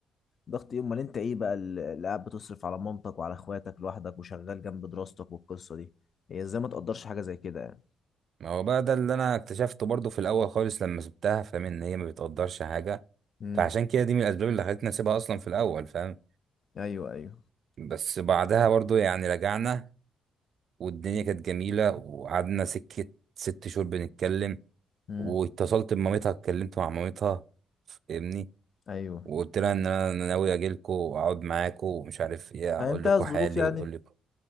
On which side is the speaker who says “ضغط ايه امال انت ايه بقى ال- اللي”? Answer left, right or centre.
Left